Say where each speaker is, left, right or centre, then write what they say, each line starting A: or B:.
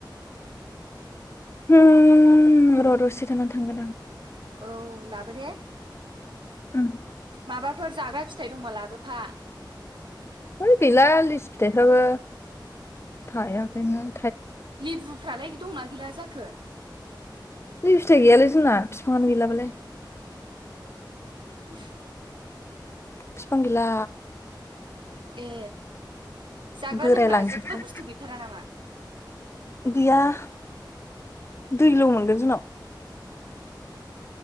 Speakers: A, on the left; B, on the right.
A: <unintelligible> र दसे थानानै थांगोन आं
B: औ लाबो दे
A: ओम
B: माबाफोर जाग्रा फिथाइ दंबा लाबोफा
A: है गैला लिसु फिथाइफ्राबो थायाखायनो
B: लेबुफ्रालाय दंना गैला जाखो
A: फिथाइ गैयालाय जोंना बिफांङानो गैला बालाय <inaudible>
B: <unintelligible>
A: फिफां गैला
B: ए जाग्रा
A: बोरायलांजोबबाय
B: लोंग्रा जेबो बुस्थु गैथारा नामा
A: गैया <unintelligible> दैल मोनगोन जोंनाव